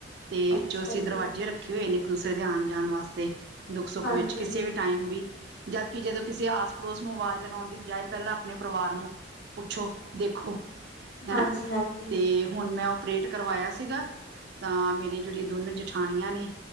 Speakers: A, on the right; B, on the left.
A: ਤੇ
B: ਅੱਛਾ
A: ਵਿੱਚੋਂ ਅਸੀਂ, ਦਰਵਾਜ਼ੇ
B: ਜੀ
A: ਰੱਖੇ ਹੋਏ ਨੇ। ਇੱਕ ਦੂਸਰੇ ਦੇ ਆਣ ਜਾਣ ਵਾਸਤੇ ਦੁੱਖ ਸੁੱਖ
B: ਹਾਂਜੀ
A: ਵਿੱਚ ਕਿਸੇ ਵੀ ਟਾਈਮ ਵੀ ਜਦਕਿ, ਜਦੋਂ ਕਿਸੇ ਆਸ ਪੜੋਸ ਨੂੰ ਆਵਾਜ਼ ਲਗਾਉਣ ਦੀ ਬਜਾਏ, ਪਹਿਲਾਂ ਆਪਣੇ ਪਰਿਵਾਰ ਨੂੰ ਪੁੱਛੋ, ਦੇਖੋ, ਹੈਨਾ
B: ਹਾਂਜੀ ਹਾਂਜੀ
A: ਤੇ ਹੁਣ ਮੈਂ? ਓਪਰੇਟ, ਕਰਵਾਇਆ ਸੀਗਾ, ਤਾਂ ਮੇਰੀਆਂ ਜਿਹੜੀਆਂ ਦੋਨੇ ਜਠਾਣੀਆਂ, ਨੇ